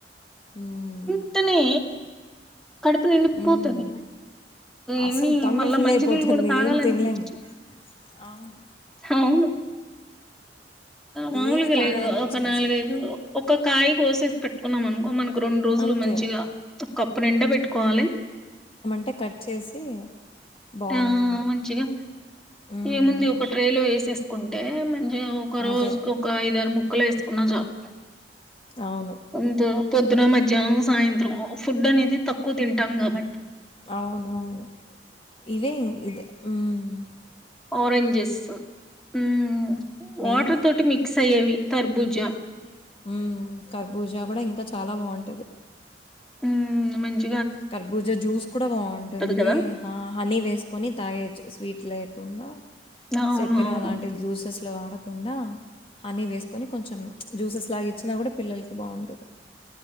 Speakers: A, on the left; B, in the centre.
A: మ్
B: వెంటనే కడుపు నిండిపోతది.
A: మ్ అసలు
B: ఎన్ని
A: టమ్మీ
B: మళ్ళా
A: ఫుల్
B: మంచినీళ్ళు
A: అయిపోతుంది
B: గూడా తాగాలనిపించదు.
A: ఏం తినలేము. అవును
B: అవును మాములుగా
A: ఏమి తాగాలనిపించదు
B: లేదు ఒక నాలుగైదు
A: అసలు
B: ఒక కాయ కోసేసి పెట్టుకున్నాం. అనుకో మనకు రెండు రోజులు
A: అంతే
B: మంచిగా ఒక కప్పు నిండ బేట్టుకోవాలి.
A: అంటే కట్ చేసి బాగుంటుంది
B: ఆ మంచిగా
A: హ్మ్
B: ఏముంది ఒక ట్రేలో ఎసేస్ కుంటే కోజ్ ఒకరోజ్కు
A: అదే
B: ఒక అయిదు ఆరు ముక్క ముక్కలు వేసుకున్న చాలు
A: అవును
B: అంత పొద్దున మధ్యాహ్నం సాయంత్రం ఫుడ్ అనేది తక్కువ తింటాం కాబ
A: అవునవును ఇవేంగ్ ఇద మ్ అ
B: ఓరెంజెస్ మ్ వాటర్
A: మెయిన్
B: తోటి మిక్స్ తేయవి. తర్బుజా
A: ఉ కర్బూజా కూడా ఇంకా చాలా బాగుంటుంది
B: ఉ మంచి
A: కర్బూజ జ్యూస్ కూడా బాగుంటుంది
B: కదా
A: ఆ హనీ వేసుకొని తాగేయచ్చు స్వీట్ ట్ లేకుండా
B: అవును
A: చక్కెర
B: అవును
A: అలాంటి జ్యూసెస్ ఇవి వాడకుండా హనీ వేసుకొని కొంచెం జ్యూసెస్ లాగా ఇచ్చినా కూడా పిల్లలకి బాగుంటది